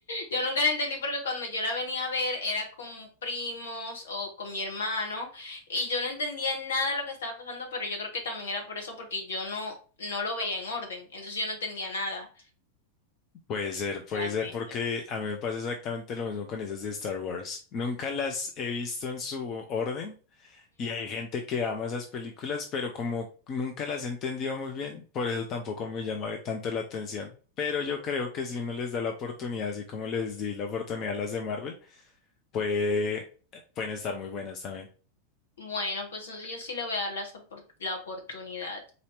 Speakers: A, on the left (about 65°); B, on the left (about 35°).
A: yo nunca la entendí porque cuando yo la venía a ver era con primos o con mi hermano y yo no entendía nada de lo que estaba pasando, pero yo creo que también era por eso, porque yo no, no lo veía en orden. Entonces yo no entendía nada
B: Puede ser, puede
A: realmente.
B: ser, porque a mí me pasa exactamente lo mismo con esas de Star Wars. Nunca las he visto en su orden. Y hay gente que ama esas películas, pero como nunca las he entendido muy bien, por eso tampoco me llama tanto la atención. Pero yo creo que si uno les da la oportunidad, así como les di la oportunidad a las de Marvel, puede, pueden estar muy buenas también.
A: Bueno, pues entonces yo sí le voy a dar las opor- la, oportunidad.